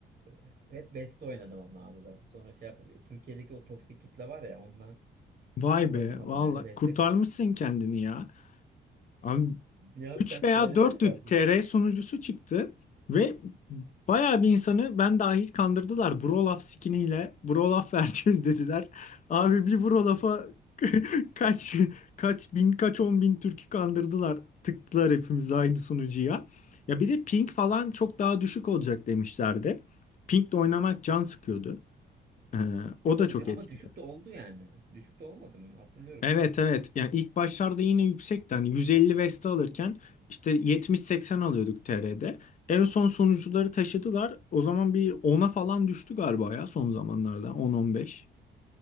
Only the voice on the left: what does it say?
Vay
be, valla
kurtarmışsın kendini ya. Abi
3
veya
4
TR sunucusu çıktı ve bayağı bir insanı ben dahil kandırdılar. Brolaf skiniyle Brolaf <laughs> vereceğiz dediler. Abi bir Brolaf'a <laughs> kaç kaç bin kaç on bin Türk'ü kandırdılar. Tıktılar hepimiz aynı sunucuya. Ya bir de ping falan çok daha düşük olacak demişlerdi. Ping'le oynamak can sıkıyordu. Ee, o
da çok
etkili.
Evet
evet. Yani ilk başlarda yine yüksekten hani 150 Vesta alırken işte 70-80 alıyorduk TR'de. En son sonuçları taşıdılar. O zaman bir 10'a falan düştü galiba ya son zamanlarda 10-15.